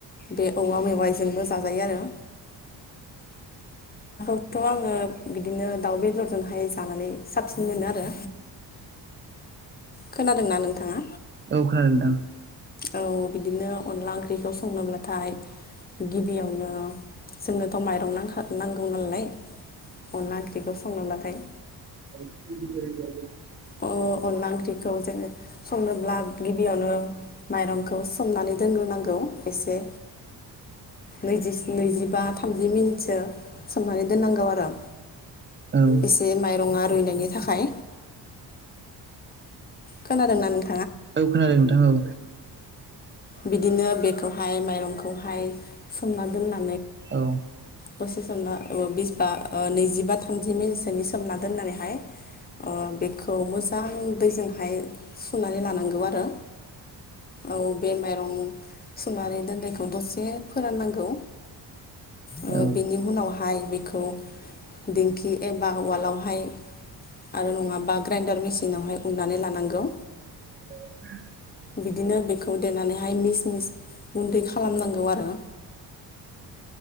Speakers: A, on the left; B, on the right.
A: बे औवा मेवाइजोंबो जाजायो आरो। थ' आङो बिदिनो दाउ बेदरजोंहाय जानानै साबसिन मोनो आरो। खोनादोंना नोंथाङा
B: औ औ खोनादों नोंथां।
A: औ बिदिनो अनला ओंख्रिखौ संनोब्लाथाय गिबियावनो जोंनोथ' माइरं नां नांगौ नालाय अनला ओंख्रिखौ संनोब्लाथाय
B: ओम ओरैनो दं
A: ओम अनला ओंख्रैखौ संनोब्ला गिबियावनो माइरंखौ सोमनानै दोनग्रोनांगौ एसे नैजि नैजिबा थामजि मिनिटसो सोमनानै दोननांगौ आरो।
B: ओं
A: एसे माइरङा रुइनायनि थाखाय खोनादों नोंथां?
B: औ खोनादों नोंथां औ।
A: बिदिनो बेखौहाय माइरंखौहाय सोमना दोननानै।
B: औ
A: बोसोर सोमना बिसबा नैजिबा थामजि मिनिटसोनि सोमना दोननानैहाय। अ बेखौ मोजां दैजोंहाय। सुनानै लानांगौ आरो औ बे माइरं सुनानै दोननाय। दसे फोराननांगौ ओ
B: औ
A: बेनि उनावहाय बेखौ। दिंखि एबा उवालावहाय आरो नङाबा ग्राइनडार मेसिनावहाय उननानै। लानांगौ।
B: <inaudible>
A: बिदिनो बेखौ देनानैहाय मिस मिस गुन्दै खालामनांगौ आरो।